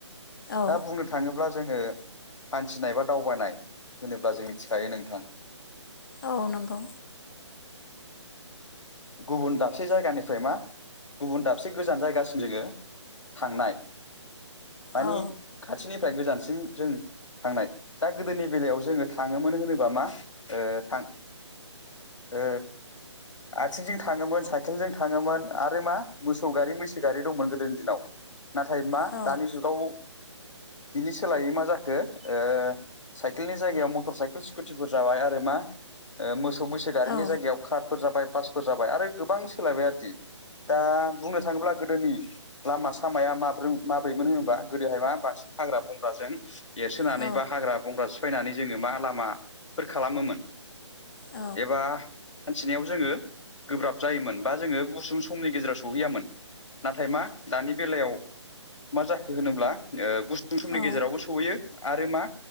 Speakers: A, on the left (about 45°); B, on the left (about 80°).
A: औ
B: दा बुंनो थाङोब्ला जोङो हान्थिनाय बा दावबायनाय होनोब्ला जों मिथिखायो नोंथां।
A: औ नंगौ।
B: गुबुन दाबसे जायगानिफ्राय मा गुबुन दाबसे गोजान जायगासिम जोङो थांनाय मानिे
A: औ
B: खाथिनिफ्राय गोजानसिम जों थांनाय दा गोदोनि बेलायाव जोङो थाङोमोन होनोबा मा थां ओ आथिंजों साइकेलजों थाङोमोन आरो मा मोसौ गारि मैसो गारि गोदोनि दिनाव नाथाय मा
A: औ
B: दानि जुगाव बिनि सोलायै मा जाखो ओ साइकेलनि जायगायाव मटर साइकेल स्कुटिफोर जाबाय आरो मा मोसौ मैसो गारिनि
A: औ
B: जायगायाव कारफोर जाबाय बासफोर जाबाय आरो गोबां सोलायबाय आरोखि दा बुंनो थाङोब्ला गोदोनि लामा सामाया माब माब्रैमोन होनबा गोदोहाय मा बास हाग्रा बंग्राजों एरसोनानै
A: औ
B: बा हाग्रा बंग्रा सिफायनानै जोङो मा लामाफोर खालामोमोन।
A: औ
B: एबा हान्थिनायाव जोङो गोब्राब जायोमोन बा जोङो गुसुं समनि गेजेराव सहैयामोन। नाथाय मा दानि बेलायाव मा जाखो होनोब्ला गुस फुं समनि
A: औ
B: गेजेरावबो आरो मा